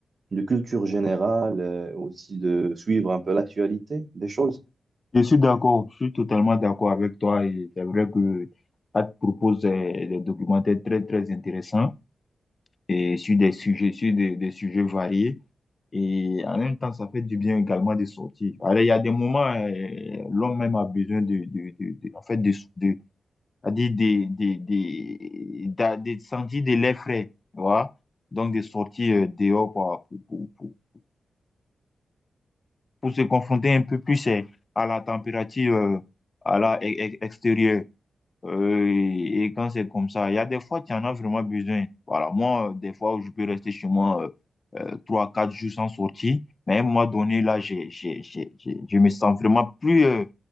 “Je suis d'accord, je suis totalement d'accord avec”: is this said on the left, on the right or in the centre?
Left